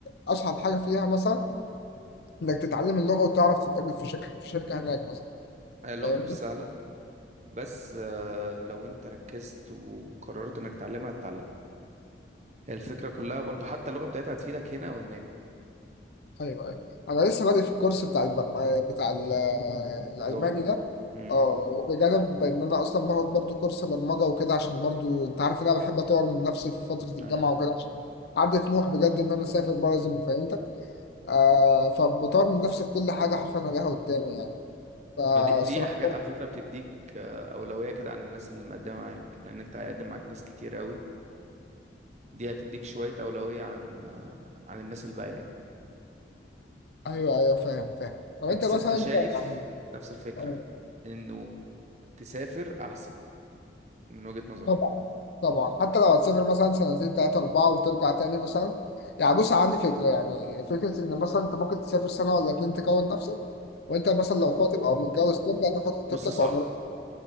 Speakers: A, on the left (about 60°); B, on the right (about 35°).
A: أصعب حاجة فيها مثلا إنك تتعلم اللغة وتعرف تتقابل في شركة في شركة هناك مثلا
B: هي اللغة
A: فاهمني؟
B: مش سهلة بس آه، لو انت ركزت وقررت انك تتعلمها هتتعلمها هي الفكرة كلها برضو حتى اللغة بتاعتها هتفيدك هنا وهناك
A: ايوه ايوه انا لسه بادئ في الكورس بتاع البرم... آه، بتاع ال- آه، الالماني
B: لغة
A: ده
B: امم
A: اه بجانب ان انا اصلا باخد برضو كورس برمجه وكده عشان برضو انت عارف ان انا بحب اطور من نفسي في فتره الجامعه
B: آه.
A: وكده عشان عندي طموح بجد ان انا اسافر بره زي ما فهمتك آه فبطور من نفسي في كل حاجه حرفيا انا لها قدامي يعني فالصراحه
B: دي, دي حاجات
A: برضو-
B: على فكرة بتديك أولوية كده عن الناس اللي مقدمة معاك لأن انت هيقدم معاك ناس كتير قوي دي هتديك شوية أولوية عن آه، عن الناس الباقية يعني
A: ايوه ايوه فاهم فاهم طب انت
B: بس
A: مثلا
B: انت شايف
A: انت يعني
B: نفس الفكرة
A: آه،
B: انه تسافر أحسن من وجهة نظرك
A: طب طبعا حتى لو هتسافر مثلا سنتين تلاتة أربعة وترجع تاني مثلا يعني بص عندي فكرة يعني فكرة إن مثلا أنت ممكن تسافر سنة ولا اتنين تكون نفسك وأنت مثلا لو خاطب أو متجوز ترجع تاخد خطيبتك
B: بص صعبة
A: عمرك